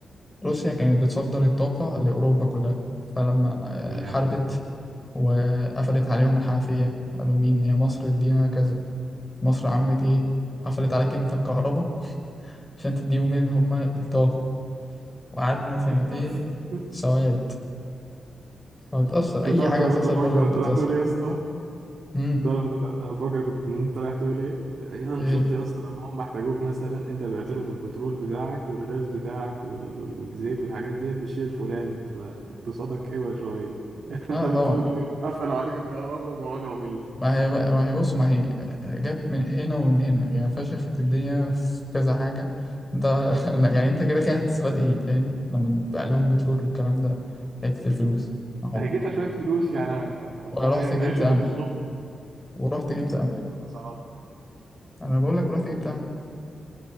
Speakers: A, on the left; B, on the right.
A: روسيا كانت بتصدر الطاقة لأوروبا كلها فلما آه،
B: جامد
A: حاربت وقفلت عليهم الحنفية قالوا مين يا مصر ادينا كذا مصر عملت ايه قفلت عليك انت الكهرباء عشان تديهم اللي هما الطاقة وقعدنا سنتين
B: <laughs>
A: سواد فبتأثر
B: انت
A: أي
B: تعرف
A: حاجة
B: انا
A: بتحصل
B: كنت بفكر
A: بره بتأثر
B: انت راح تقول ايه يا اسطى
A: امم
B: طالما انت انا فاكر كنت إن انت رايح تقول ايه يا أنا
A: ايه
B: شفت يا اسطى لما هم احتاجوك مثلا انت بعت لهم البترول بتاعك والغاز بتاعك وال... وال... والزيت والحاجات ديت بالشيء الفلاني فاقتصادك اوعى شويه <laughs>
A: لا
B: انت بتقول
A: طبعا
B: لي قفلوا عليك الكهرباء وبقوا لهم ال...
A: ما هي ما هي بص ما هي جت من هنا ومن هنا هي فشخت الدنيا في كذا حاجة انت <laughs> لا، يعني انت كده كده هتستفاد ايه فاهم لما تبيع لهم بترول والكلام ده حتة الفلوس ما هو
B: هيجي لنا شويه فلوس يعني
A: رحت
B: هينعشوا
A: جبت قمح
B: الاقتصاد
A: ورحت جبت قمح
B: ويقللوا الاسعار
A: انا بقول لك رحت جبت امل